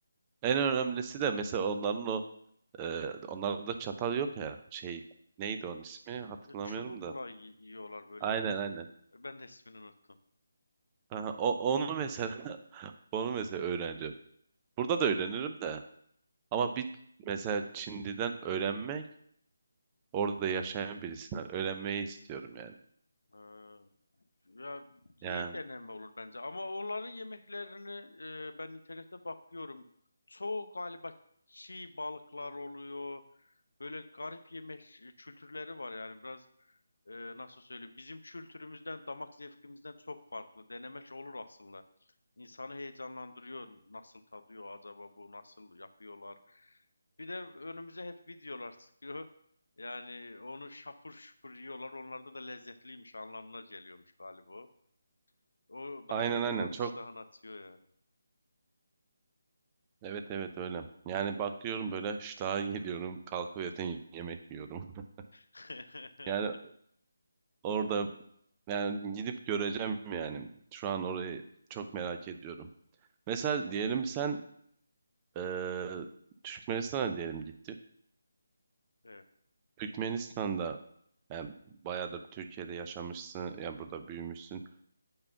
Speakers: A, on the right; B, on the left.
A: En önemlisi de mesela onların o e, onlarda çatal yok ya şey neydi onun ismi hatırlamıyorum
B: E, Çubukla
A: da.
B: y- yiyorlar böyle.
A: Aynen aynen.
B: Ben de ismini unuttum.
A: Aha, o, onu mesela <laughs> onu mesela öğreneceğim. Burada da öğrenirim de. Ama bir mesela Çinli'den öğrenmek, orada yaşayan birisinden öğrenmeyi istiyorum yani.
B: E, Ya
A: Yani
B: iyi deneme olur bence ama onların yemeklerini e, ben internette bakıyorum. Çoğu galiba çiğ balıklar oluyor. Böyle garip yemek ş- kültürleri var yani biraz e, nasıl söyleyeyim bizim kültürümüzden damak zevkimizden çok farklı. Denemek olur aslında. İnsanı heyecanlandırıyor. Nasıl tadıyor acaba bu? Nasıl yapıyorlar? Bir de önümüze hep videolar çıkıyor. Yani onu şapur şupur yiyorlar. Onlarda da lezzetliymiş anlamına geliyormuş galiba. O daha
A: aynen
B: da insanın
A: aynen çok
B: iştahını açıyor
A: evet evet öyle. Yani bakıyorum böyle ştaha geliyorum, kalkıp
B: yani.
A: zaten yemek yiyorum. <laughs>
B: <laughs>
A: Yani orada yani gidip göreceğim yani. Şu an orayı çok merak ediyorum. Mesela diyelim sen eee Türkmenistan'a diyelim gittin.
B: Evet,
A: Türkmenistan'da yani bayağıdır Türkiye'de yaşamışsın, yani burada büyümüşsün.